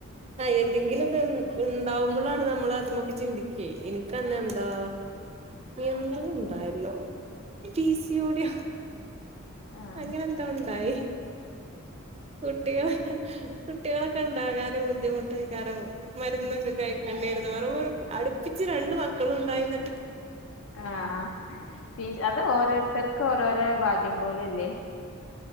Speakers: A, on the right (about 30°); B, on the left (about 65°).
A: ആ എന്തെങ്കിലുമൊക്കെ ഉണ്ടാവുമ്പോളാണ് നമ്മൾ അതിമേക്ക് ചിന്തിക്കുവെ അന്നെന്താ എന്താ ഉണ്ടായല്ലോ പി സി ഓടി
B: ആഹ്
A: അങ്ങനെ എന്തോ ഉണ്ടായി കുട്ടികള് കുട്ടികളൊക്കെ ഉണ്ടാകാനും ബുദ്ധിമുട്ടായിക്കാരം മരുന്നൊക്കെ കഴിക്കേണ്ടിയിരുന്നു വ അടുപ്പിച്ച് രണ്ടു മക്കളും ഉണ്ടായി എന്നിട്ട്
B: ആഹ് ആഹ് അത് ഓരോരുത്തർക്ക് ഓരോരോ ഭാഗ്യം പോലല്ലേ